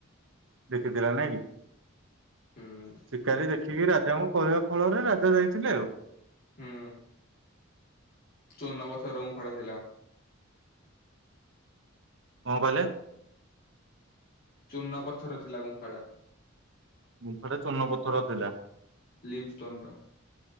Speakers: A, on the right (about 65°); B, on the left (about 45°).
A: ଦେଖିଥିଲା ନାଇଁ କି?
B: ହୁଁ
A: ଶିକାରୀ ଦେଖିକି ରାଜାଙ୍କୁ କହିବା ଫଳରେ ରାଜା ଯାଇଥିଲେ ଆଉ।
B: ହୁଁ। ଚୂନ ପଥର ଗୁମ୍ଫାଳ ଥିଲା।
A: କଣ କହିଲେ?
B: ଚୂନ ପଥର ଥିଲା ଗୁମ୍ଫାଡ଼ା।
A: ଗୁମ୍ଫାଟା ଚୂନ ପଥର ଥିଲା।
B: ଲିମ୍ ଷ୍ଟୋନ ର